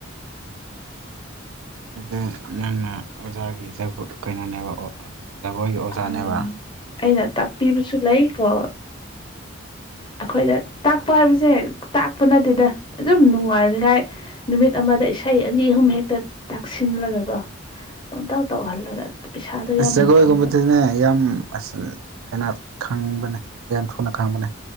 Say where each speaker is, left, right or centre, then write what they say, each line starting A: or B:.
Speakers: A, on the right; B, on the left.
A: ꯎꯝ ꯑꯗꯨ ꯅꯪꯅ ꯑꯣꯖꯥꯒꯤ ꯖꯒ ꯀꯩꯅꯣꯅꯦꯕ ꯖꯒꯣꯏꯒꯤ ꯑꯣꯖꯥꯅꯦꯕ
B: ꯑ ꯑꯩꯅ ꯇꯥꯛꯄꯤꯕꯁꯨ ꯂꯩꯀꯣ ꯑꯩꯈꯣꯏꯗ ꯇꯥꯛꯄ ꯍꯥꯏꯕꯁꯦ ꯇꯥꯛꯄ ꯅꯠꯇꯦꯗ ꯑꯗꯨꯝ ꯅꯨꯡꯉꯥꯏꯅꯤꯉꯥꯏ ꯅꯨꯃꯤꯠ ꯑꯃꯗ ꯏꯁꯩ ꯑꯅꯤ ꯑꯍꯨꯝ ꯍꯦꯛꯇ ꯇꯛꯁꯤꯜꯂꯒꯀꯣ ꯄꯪꯇꯧ ꯇꯧꯍꯜꯂꯒ ꯄꯩꯁꯥꯗꯣ
A: ꯑꯁ
B: ꯌꯥꯝ
A: ꯖꯒꯣꯏꯒꯨꯝꯕꯗꯅꯦ
B: ꯌꯥꯝ ꯐꯪꯕ
A: ꯌꯥꯝ ꯀꯅꯥ ꯈꯪꯕꯅꯦ ꯌꯥꯝ ꯌꯥꯝ ꯊꯨꯅ ꯈꯪꯕꯅꯦ